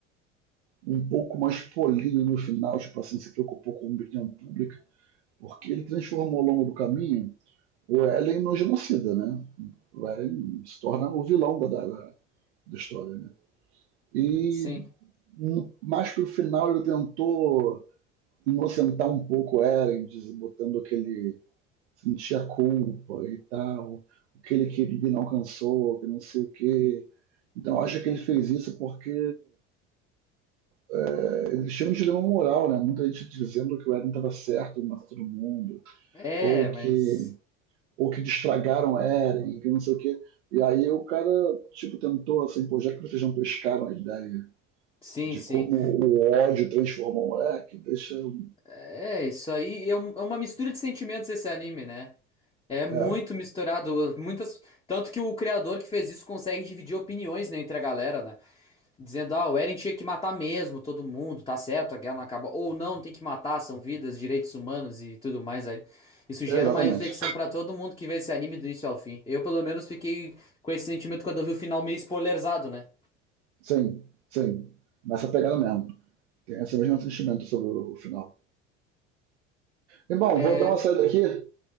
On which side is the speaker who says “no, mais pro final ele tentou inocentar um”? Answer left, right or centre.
Right